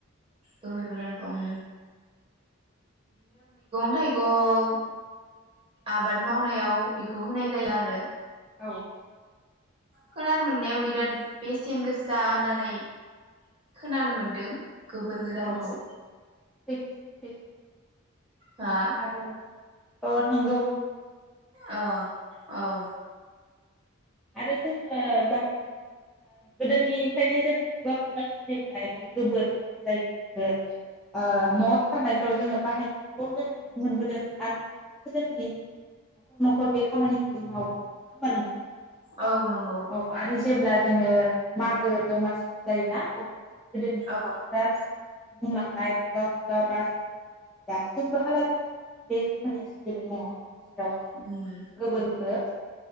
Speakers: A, on the right; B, in the centre.
A: गोबोर गोरान दं थायगं आबाद मावनायाव बेखौ होनाय जायो आरो
B: औ
A: खोनोनो मोननायाव
B: आरो
A: बिराद बे <unintelligible> गोसा होननानै खोनानो मोन्दों गोबोर गोरानखौ
B: औ सैथो सैथो
A: हा
B: आरो औ नोंगौ
A: औ औ
B: आरो जोङो बाहायनो गोदोनिफ्रायनो जोङो खुगा खुगा सोलिबोनाय बे गोबोरखौ जायखौ जोङो ओ न' थारनायफ्राव जोङो बाहायनायखौनो नुनो मोनबोदों आरो दासिमबो जोंनि न'खर न'खर बे खामानिखौ जों मावो। नङा होमबा नोंथां
A: औ नंगौ।
B: औ आरो जेब्ला जोङो मागो दमासि जायोना अब्लाहाय गोदोनि सुबुंफोरा
A: औ
B: बुंलांनाय खुगा खुगा बा सोलिलांनायनि दासिमबो हालागै बे खामानिया सोलिबाय दङ जेराव जोङो
A: उम
B: गोबोरखो